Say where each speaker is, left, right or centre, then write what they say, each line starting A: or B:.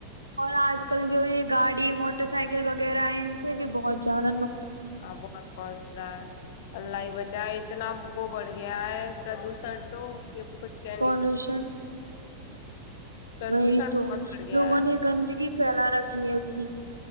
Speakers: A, on the right; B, on the left.
A: اور آج کل جو ایک گاڑی موٹر سائیکل وغیرہ ہے ان سے بھی بہت زیادہ ن
B: ہاں بہت بس الائی بچا اتنا وہ بڑھ گیا ہے پردوشن تو کہ کچھ کہہ
A: پالوشن
B: نہیں سکتے پردوشن
A: وہی تو
B: بہت بڑھ گیا
A: لوگوں
B: ہے
A: نے گندگی پھیلا رکھی ہے اتنی